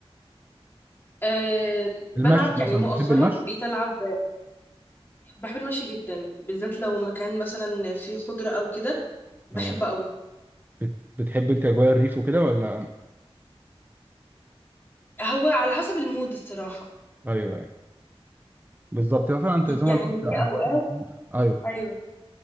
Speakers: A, on the left; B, on the right.
A: أه بلعب
B: المشي
A: يعني
B: مثلا
A: مؤخرا
B: بتحب المشي
A: بقيت العب بحب المشي جدا بالذات لو مكان مثلا فيه خضره او كده بحبه
B: اه
A: قوي
B: بت- بتحب انت اجواء الريف وكده ولا
A: هو على حسب المود الصراحة
B: ايوه يعني بالظبط هو فعلا انت زي
A: يعني
B: ما انت
A: في
B: على
A: أوقات
B: حسب- ايوه
A: أيوة